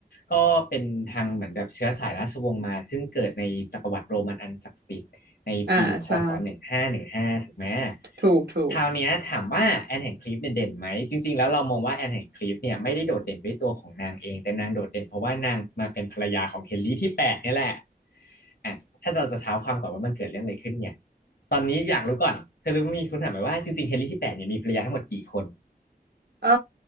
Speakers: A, on the left; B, on the right.
A: ก็เป็นทางเหมือนแบบเชื้อสายราชวงศ์มาซึ่งเกิดในจักรวรรดิโรมันอันศักดิ์สิทธิ์ ในปีคศ1515ถูกไหม
B: อ่าใช่ถูกถูก
A: คราวเนี้ยถามว่าแอนแห่งคลิฟเนี่ยเด่นไหมจริงๆแล้วเรามองว่าแอนแห่งคลิฟเนี่ยไม่ได้โดดเด่นด้วยตัวของนางเองแต่นางโดดเด่นเพราะว่านางมาเป็นภรรยาของเฮนรี่ที่แปดเนี่ยแหละอ่ะถ้าเราจะเท้าความก่อนว่ามันเกิดเรื่องอะไรขึ้นเนี่ยตอนนี้อยากรู้ก่อนเธอรู้ไหมมีคุณถามไหมว่าจริงๆเฮนรี่ที่แปดเนี่ยมีภรรยาทั้งหมดกี่คน
B: เออ